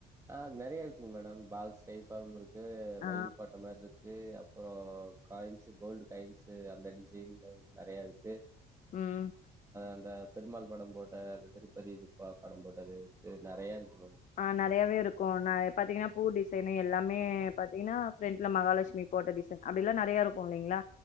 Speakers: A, on the right; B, on the left.
A: அ அத் நெறைய இருக்குங் மேடம் பாக்ஸ் ஸ்டை <unintelligible> கு
B: ஆ
A: மயில் போட்ட மார்ருக்கு இருக்கு அப்புறோ காயின்ஸ் கோல்டு காயின்ஸ் அந்த டிசைன்ல நெறைய இருக் கு
B: ம்
A: அந்த பெருமாள் படம் போட்ட அது திருப்பதி இதுப்பா படம் போட்டது நெறைய இருக்கு மே
B: அ நறையாவே இருக்கு பாத்தீங்கன்னா பூ டிசைன் எல்லாமே பாத்தீங்கன்னா ஃப்ரெண்ட்ல மகாலட்சுமி போட்ட டிசைன் அப்படில்லா நிறையா இருக்கு இல்லைங்ளா